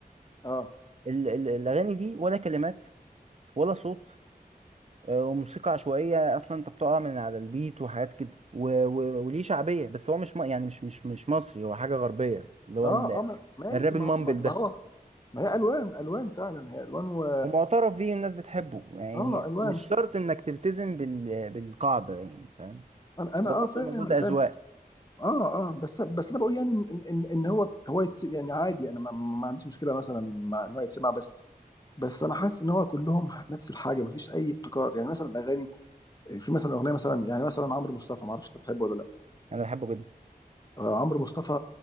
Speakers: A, on the left (about 25°); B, on the right (about 45°).
A: اه
B: ال- ال- الأغاني دي ولا كلمات ولا صوت آه، وموسيقى عشوائية أصلا أنت بتقع من على البيت وحاجات كده و... و... وليه شعبية بس هو مش م... يعني مش مش مش مصري هو حاجة غربية اللي هو
A: اه
B: ال...
A: اه ما- ماشي
B: الراب
A: ما
B: المامبل
A: هو ما
B: ده
A: ما هو ما هي الوان الوان فعلا هي الوان و
B: ومعترف بيه الناس بتحبه يعني
A: اه الوان
B: مش شرط إنك تلتزم بال... بالقاعدة يعني فاهم
A: انا انا
B: هو برضه
A: اه فاهم
B: الموضوع ده
A: انا فاهم
B: أذواق
A: اه اه بس بس انا بقول يعني ان ان, إن هو هو يتس يعني عادي انا ما, ما عنديش مشكله مثلا مع ان هو يتسمع بس بس انا حاسس ان هو كلهم نفس الحاجه مفيش اي ابتكار يعني مثلا الاغاني في مثلا اغنيه مثلا يعني مثلا عمرو مصطفى ما اعرفش انت بتحبه ولا لا
B: أنا بحبه جدا
A: آه، عمرو مصطفى